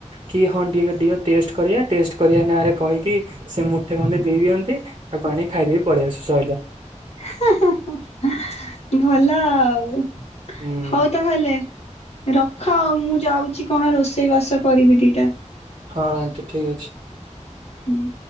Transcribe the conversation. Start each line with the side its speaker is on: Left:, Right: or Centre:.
Right: କି ହଁ ଟ ଟେଷ୍ଟ କରିବା ଟେଷ୍ଟ କରିବା ନାଁରେ କହିକି ସେ ମୁଠେ ଖଣ୍ଡେ ଦେଇ ଦିଅନ୍ତି ତାକୁ ଆଣିକି ଖାଇଦେଇ କି ପଲେଇ ଆସୁ ସଇଲା।
Left: ହେଁ ହେଁ ହେଁ ଭଲ ଆଉ।
Right: ହୁଁ।
Left: ହଉ ତାହେଲେ ରଖ ଆଉ ମୁଁ ଯାଉଛି କଣ ରୋଷେଇ ବାସ କରିବି ଦିଟା।
Right: ହଁ ଆଣ୍ଟି ଠିକ୍ ଅଛି।
Left: ହୁଁ।